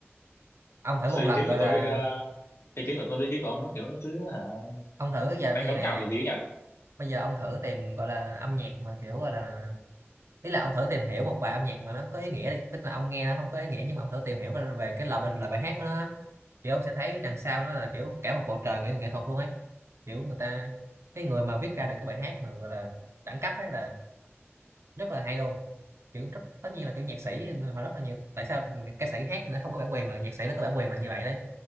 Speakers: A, on the right (about 70°); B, on the left (about 65°).
A: ông thử
B: sự
A: một
B: ý
A: lần
B: kiến
A: gọi
B: của tôi
A: là
B: ờ, ý kiến của tôi với ý kiến của ông nó kiểu nó cứ hả
A: ông thử giờ
B: đánh
A: bây
B: đấm
A: giờ nè
B: nhau kiểu gì ấy nhỉ
A: bây giờ ông thử tìm gọi là âm nhạc mà kiểu gọi là ý là ông thử tìm hiểu một bài âm nhạc mà nó có ý nghĩa đi tức là ông nghe nó không có ý nghĩa nhưng mà ông thử tìm hiểu về cái lời bài- lời bài hát của nó á. thì ông sẽ thấy đằng sau nó là kiểu cả một bầu trời nghệ, nghệ thuật luôn ấy kiểu người ta cái người mà viết ra được cái bài hát mà gọi là đẳng cấp ấy là rất là hay luôn kiểu rất tất nhiên là kiểu nhạc sĩ họ rất là nhiều tại sao ca sĩ hát nó không có bản quyền mà nhạc sĩ nó có bản quyền là như vậy đấy